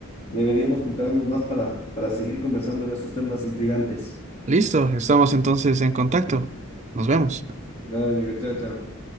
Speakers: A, on the left; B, on the right.
A: Deberíamos juntarnos más para, para seguir conversando de estos temas intrigantes.
B: Listo, estamos entonces en contacto. Nos vemos.
A: Dale, amigo, chao, chao.